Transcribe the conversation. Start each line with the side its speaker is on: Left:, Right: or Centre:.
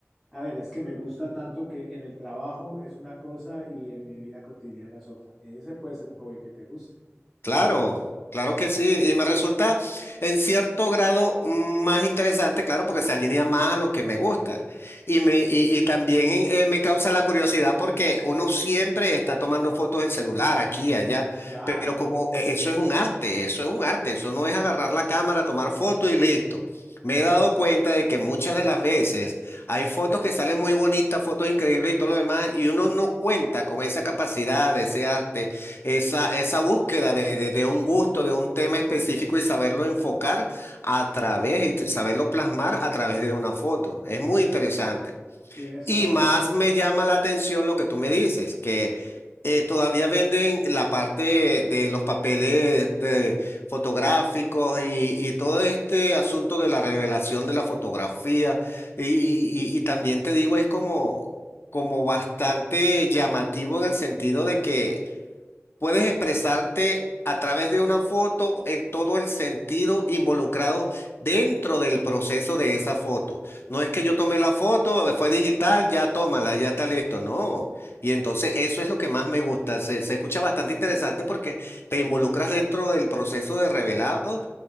Centre: a ver, es que me gusta tanto que en el trabajo es una cosa y en mi vida cotidiana es otra. Ese puede ser un hobby que te guste.
Left: Claro, claro que sí, y me resulta en cierto grado más interesante, claro, porque se alinea más a lo que me gusta. Y, me, y, y también eh, me causa la curiosidad porque uno siempre está tomando fotos del celular aquí, allá,
Centre: Claro,
Left: pero como e- eso es un arte, eso es un arte, eso no es agarrar la cámara, tomar fotos y listo. Me he dado cuenta de que muchas de las veces hay fotos que salen muy bonitas, fotos increíbles y todo lo demás, y uno no cuenta con esa capacidad, ese arte esa, esa búsqueda de, de- de un gusto, de un tema específico y saberlo enfocar a través y t- saberlo plasmar a través de una foto. Es muy interesante.
Centre: tienes
Left: Y
Centre: toda
Left: más
Centre: la razón.
Left: me llama la atención lo que tú me dices, que eh, todavía venden la parte de los papeles de fotográficos y, y todo este asunto de la revelación de la fotografía. Y, y- y- y también te digo, es como, como bastante llamativo en el sentido de que Puedes expresarte a través de una foto en todo el sentido involucrado dentro del proceso de esa foto. No es que yo tomé la foto, fue digital, ya tómala, ya está listo. No. Y entonces eso es lo que más me gusta. Se, se escucha bastante interesante porque te involucras dentro del proceso de revelado